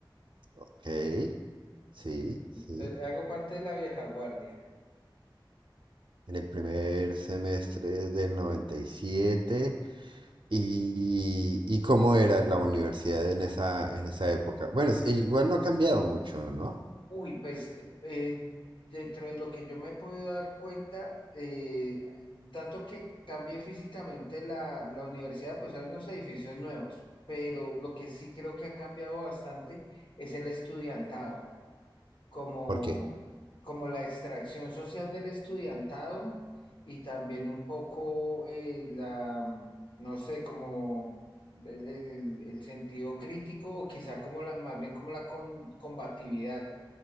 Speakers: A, on the right; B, on the left.
A: Ok, sí, sí.
B: Soy- Hago parte de la vieja guardia.
A: En el primer semestre del noventa y siete ¿Y, y cómo era la universidad en esa, en esa época? Bueno, es- igual no ha cambiado mucho, ¿no?
B: Uy, pues eh, eh, dentro de lo que yo me he podido dar cuenta, eh, tanto que cambié físicamente la, la universidad, pues hay unos edificios nuevos, pero lo que sí creo que ha cambiado bastante es el estudiantado. como,
A: ¿Por qué?
B: como la extracción social del estudiantado y también un poco eh, la, no sé, como el, el- el- el sentido crítico o quizá como la, más bien como la con- combatividad